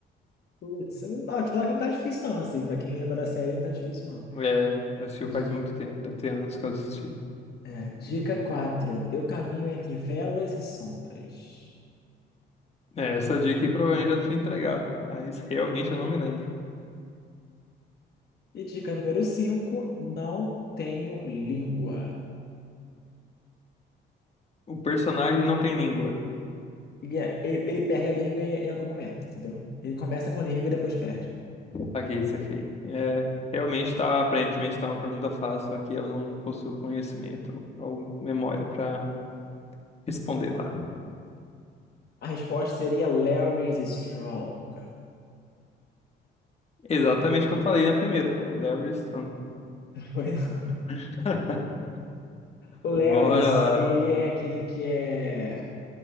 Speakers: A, on the left; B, on the left.
A: Putz, não, ó, te falar que não tá difícil não, assim, pra quem lembra da série não tá difícil não.
B: É, assistiu
A: Di-
B: faz muito tempo, deve ter anos que eu assisti.
A: é, dica 4 eu caminho entre velas e sombras.
B: É, essa dica aí provavelmente já tinha entregado, mas realmente eu não me lembro.
A: E dica número 5 não tenho língua.
B: O personagem não tem língua.
A: Ele, é- ele, ele perde a língua em, em algum momento, entendeu? Ele começa com língua e depois perde.
B: Saquei, saquei. É, realmente tá, aparentemente tá uma pergunta fácil, só que eu não possuo conhecimento ou memória pra responder lá.
A: A resposta seria Larry's Strong.
B: Exatamente o que eu falei na primeira, pô. Larry Strong.
A: <laughs>
B: <laughs>
A: O Larry's,
B: Bora lá.
A: ele é aquele que é...